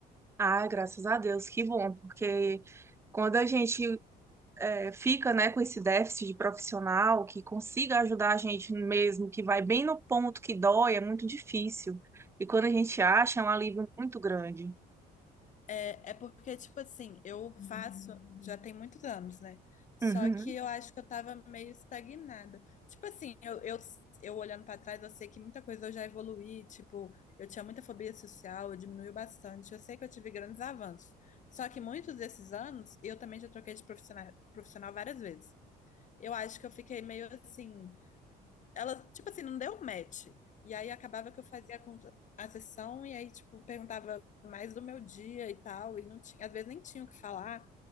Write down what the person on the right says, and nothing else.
Ah, graças a Deus, que bom, porque quando a gente é, fica, né, com esse déficit de profissional que consiga ajudar a gente mesmo, que vai bem no ponto que dói, é muito difícil. E quando a gente acha, é um alívio muito grande.
Uhum.